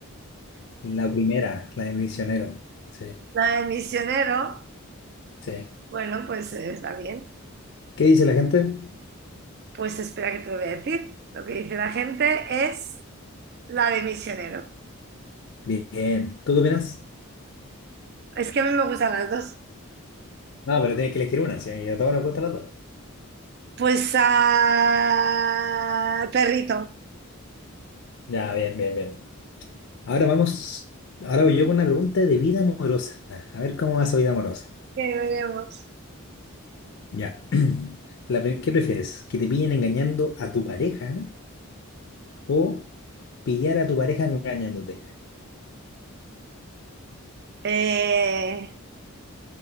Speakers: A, on the left (about 55°); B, on the right (about 45°).
A: la primera, la de misionero. Sí,
B: La de misionero.
A: sí.
B: Bueno, pues eh, está bien.
A: ¿Qué dice la gente?
B: Pues espera que te lo voy a decir. Lo que dice la gente es la de misionero.
A: Bien. ¿Tú qué opinas?
B: Es que a mí me gustan las dos.
A: No, pero tienes que elegir una, sí, y a todos nos gustan las dos.
B: Pues a perrito,
A: Ya, bien, bien, bien. Ahora vamos, ahora voy yo con una pregunta de vida amorosa. A ver cómo va esa vida amorosa.
B: que veremos.
A: Ya. <clears throat> La pri- ¿qué prefieres? ¿Que te pillen engañando a tu pareja o pillar a tu pareja engañándote?
B: Eh,